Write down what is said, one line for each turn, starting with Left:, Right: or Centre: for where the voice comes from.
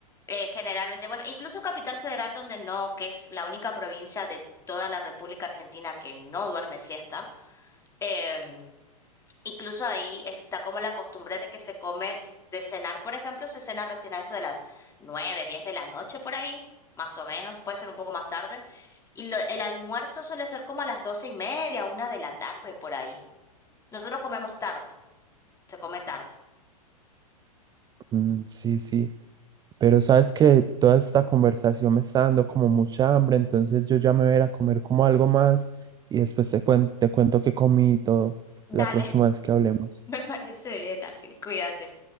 Left: eh, generalmente, bueno, incluso Capital Federal, donde no, que es la única provincia de toda la República Argentina que no duerme siesta, em, Incluso ahí está como la costumbre de que se come s- de cenar, por ejemplo, se cena recién a eso de las 9 10 de la noche por ahí, más o menos, puede ser un poco más tarde. Y lo- el almuerzo suele ser como a las doce y media, una de la tarde por ahí. Nosotros comemos tarde, se come tarde.
Right: Mm, sí, sí. Pero sabes que toda esta conversación me está dando como mucha hambre, entonces yo ya me voy a ir a comer como algo más y después te cuen- te cuento que comí y todo
Left: Dale,
Right: la próxima vez que
Left: <laughs>
Right: hablemos.
Left: me parece bien, Ángel, cuídate.